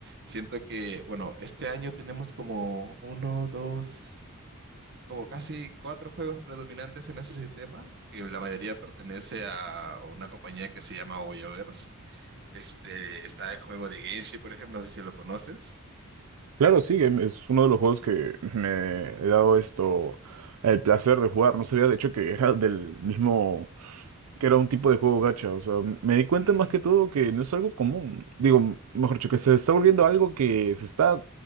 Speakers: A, on the right; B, on the right.
A: Siento que, bueno, este año tenemos como uno, dos, como casi cuatro juegos predominantes en ese sistema, que la mayoría pertenece a una compañía que se llama Hoyoverse. Este, está el juego de Genshin, por ejemplo, no sé si lo conoces.
B: Claro, sí, em- es uno de los juegos que <laughs> me he dado esto, el placer de jugar. No sabía de hecho que era del mismo, que era un tipo de juego gacha. O sea, m- me di cuenta
A: Mm.
B: más que todo que no es algo común. Digo, m- mejor dicho, que se está volviendo algo que se está,